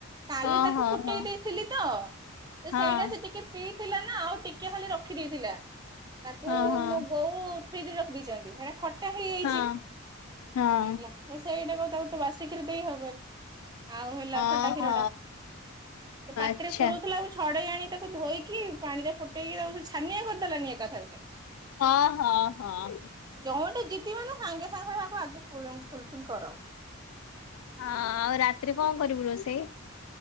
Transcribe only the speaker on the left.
ହଁ
ହଁ
ହଁ
ହଁ।
ହଁ ହଁ
ହଁ ହଁ
ଓହୋ
ଆଚ୍ଛା
ହଁ ହଁ ହଁ।
ହଁ ଆଉ ରାତିରେ କଣ କରିବୁ ରୋଷେଇ